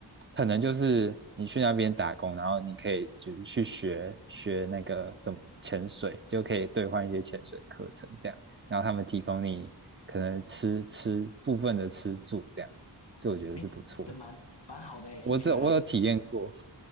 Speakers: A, on the right; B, on the left.
A: 可能就是你去那边打工，然后你可以就是去学学那个怎么潜水，就可以兑换一些潜水课程这样。然后他们提供你可能吃吃部分的吃住这样，所以我觉得是不错。
B: 哎，这蛮蛮好的哎，听起来
A: 我这我有体验过，